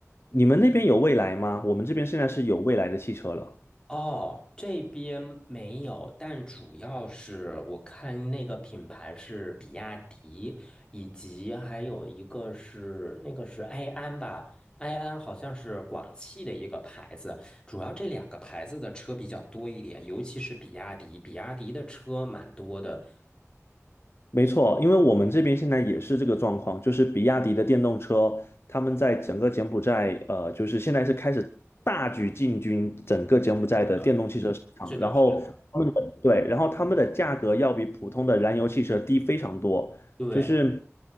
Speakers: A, on the left (about 50°); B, on the left (about 15°).
A: 你们那边有未来吗？我们这边现在是有未来的汽车了。
B: 哦，这边没有，但主要是我看那个品牌是比亚迪，以及还有一个是那个是埃安吧，埃安好像是广汽的一个牌子，主要这两个牌子的车比较多一点，尤其是比亚迪，比亚迪的车蛮多的。
A: 没错，因为我们这边现在也是这个状况，就是比亚迪的电动车，他们在整个柬埔寨，呃，就是现在是开始大举进军整个柬埔寨的电动汽车市场，
B: 是的，是的，
A: 然后他们的，
B: 是的，
A: 对，然后他们的价格要比普通的燃油汽车低非常多，
B: 对，
A: 就是